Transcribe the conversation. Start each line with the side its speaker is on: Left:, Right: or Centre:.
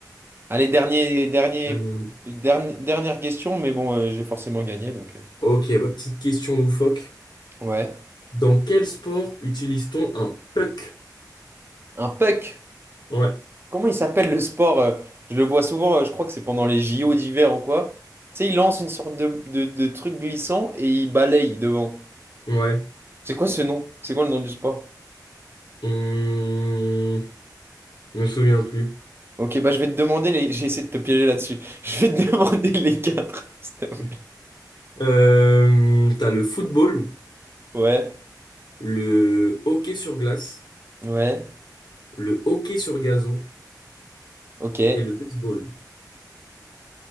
Right: Allez, dernier, dernier,
Left: Euh,
Right: derni- dernière question, mais bon, euh, j'ai forcément gagné, donc. euh.
Left: ok, bah, petite question loufoque.
Right: Ouais.
Left: Dans quel sport utilise-t-on un puck?
Right: Un puck.
Left: Ouais,
Right: Comment il s'appelle le sport? euh, Je le vois souvent, euh, je crois que c'est pendant les JO d'hiver ou quoi. Tu sais, il lance une sorte de, de, de truc glissant et il balaye devant.
Left: ouais.
Right: C'est quoi ce nom? C'est quoi le nom du sport?
Left: Hum, je me souviens plus.
Right: Ok, bah je vais te demander les. J'ai essayé de te piéger là-dessus. <laughs> Je vais te demander les quatre.
Left: <laughs>
Right: <laughs>
Left: Euh, t'as le football,
Right: Ouais,
Left: le hockey sur glace,
Right: ouais,
Left: le hockey sur gazon
Right: ok.
Left: et le baseball.